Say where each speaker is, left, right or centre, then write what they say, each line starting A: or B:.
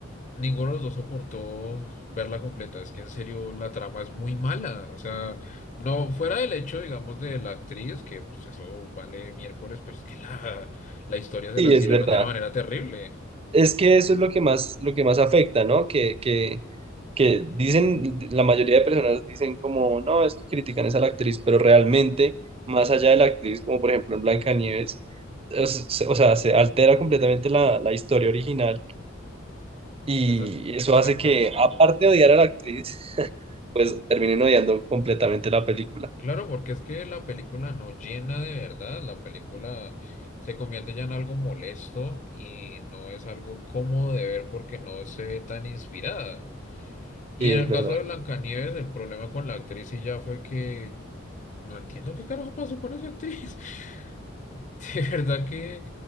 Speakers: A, on the left (about 40°); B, on the right (about 30°).
A: ninguno de los dos soportó verla completa. Es que en serio la trama es muy mala. O sea, no fuera del hecho, digamos, de la actriz, que pues eso vale miércoles, pero es que la, la historia se
B: sí,
A: la
B: es
A: tiraron
B: verdad.
A: de una manera terrible.
B: Es que eso es lo que más, lo que más afecta, ¿no? Que, que, que dicen, la mayoría de personas dicen como, no, es que critican es a la actriz, pero realmente, más allá de la actriz, como por ejemplo en Blancanieves, es- o sea, se altera completamente la, la historia original y
A: Esa-
B: eso
A: exacto,
B: hace que,
A: no.
B: aparte de odiar a la actriz, <laughs> pues terminen odiando completamente la película.
A: Claro, porque es que la película no llena de verdad, la película se convierte ya en algo molesto y no es algo cómodo de ver porque no se ve tan inspirada. Y
B: Sí,
A: en
B: es
A: el
B: verdad.
A: caso de Blancanieves, el problema con la actriz y ya fue que no entiendo qué carajo pasó con esa actriz. <laughs> <laughs> De verdad que,